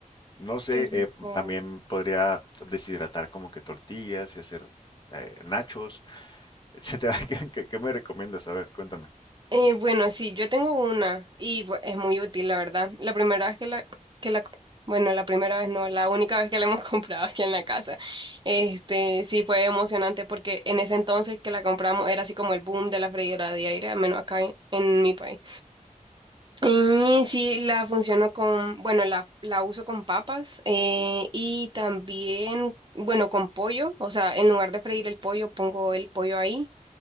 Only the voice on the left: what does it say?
no sé,
eh,
también podría deshidratar como que tortillas y hacer eh, nachos, etcétera. <laughs> ¿Qué, qué- qué me recomiendas? A ver, cuéntame.